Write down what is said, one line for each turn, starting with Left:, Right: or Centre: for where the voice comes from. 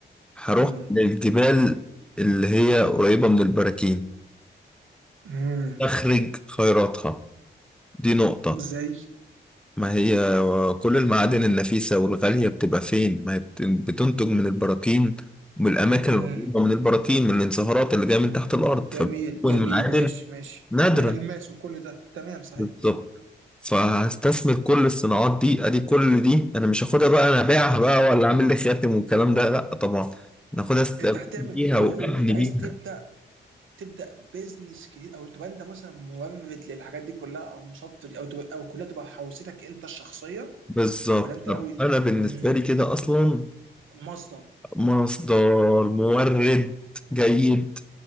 Centre: هروح
Right: أمم.
Centre: للجبال اللي هي قريبة من البراكين
Right: أمم.
Centre: اخرج خيراتها دي نقطة
Right: زي
Centre: ما هي كل المعادن النفيسة والغالية بتبقى فين ما هي بت- بتنتج من البراكين من الأماكن
Right: أمم.
Centre: القريبة من البراكين من الانصهارات اللي جاية من تحت الأرض
Right: جميل
Centre: فبتكون
Right: جميل
Centre: معادن
Right: ماشي ماشي
Centre: نادرة
Right: والالماس وكل ده تمام صحيح
Centre: بالظبط فهستثمر كل الصناعات دي ادي كل دي انا مش هاخدها بقى انا ابيعها بقى ولا اعمل لي خاتم والكلام ده لا طبعا انا هاخدها استفيد
Right: انت هتعمل
Centre: بيها وابني
Right: اوه انت عايز
Centre: بيها
Right: تبدا تبدا بيزنس جديد او تبقى انت مثلا مورد للحاجات دي كلها او مصدر او تبقى او كلها تبقى حوزتك انت الشخصيه
Centre: بالظبط
Right: ولا انت
Centre: طب
Right: ناوي
Centre: انا بالنسبه
Right: مم.
Centre: لي كده اصلا
Right: مصدر
Centre: مصدر مورد جيد